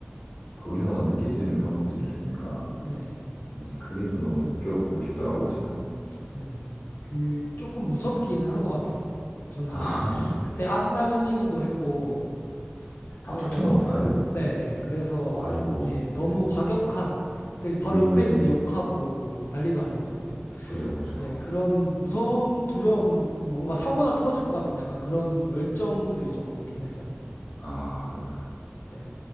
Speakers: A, on the left; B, on the left.
A: 거기서만 느낄 수 있는 그런 것들이 있으니까
B: 네.
A: 네, 그게 좀 너무 느껴보고 싶더라고요, 저는.
B: 네. 그 조금 무섭기는 한 것 같아요. 저는
A: 아,
B: 그때 아스날전이기도 했고
A: <laughs>
B: 그래서
A: 아, 토트넘 아스날이요?
B: 네, 네. 그래서
A: 아이고,
B: 이게 너무
A: 네.
B: 과격한 그 바로
A: 음,
B: 옆에 있는데 욕하고 난리도 아니었거든요.
A: 그죠, 그죠.
B: 네, 그런 무서움, 두려움, 뭔가 사고날 터질 것 같은 약간 그런 열정들이 조금 있긴 했어요.
A: 아, 그, 그,
B: 네,